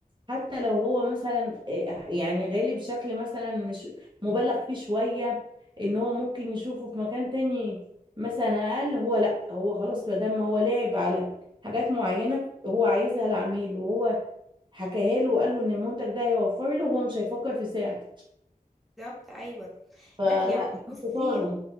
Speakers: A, on the right; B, in the centre.
A: حتى لو هو مثلا إيه يعني غالي بشكل مثلا مش مبالغ فيه شوية ان هو ممكن يشوفه في مكان تاني مثلا اقل هو لا هو خلاص ما دام هو لعب على حاجات معينة هو عايزها العميل وهو حكاها له وقال له ان المنتج ده هيوفر له هو مش هيفكر في سعر
B: بالظبط ايوه
A: فلا
B: لا يعني
A: دي
B: بصي
A: شطارة